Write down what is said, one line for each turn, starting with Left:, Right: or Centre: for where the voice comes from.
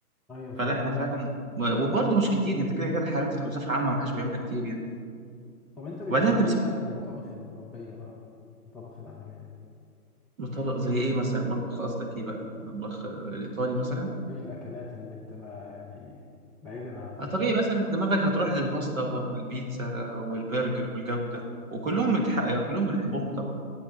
Centre: أيوه
Right: فلا
Centre: صح
Right: احنا فعلا وبرضه مش كتير انت كده كده الحلويات بصفه عامه ما حدش بيعملها كتير يعني
Centre: طب أنت بتحب
Right: وبعدين انت
Centre: إيه
Right: مسكت
Centre: بقى في المطابخ الغربية بقى المطابخ العالمية
Right: طبق زي ايه مثلا مطبخ قصدك ايه بقى مطبخ آه، الايطالي مثلا
Centre: إيه الأكلات اللي أنت بقى يعني بعيدا عن
Right: طبيعي مثلا دماغك هتروح للباستا والبيتزا والبرجر والجو ده وكلهم متح... يعني كلهم بنحبهم طبعا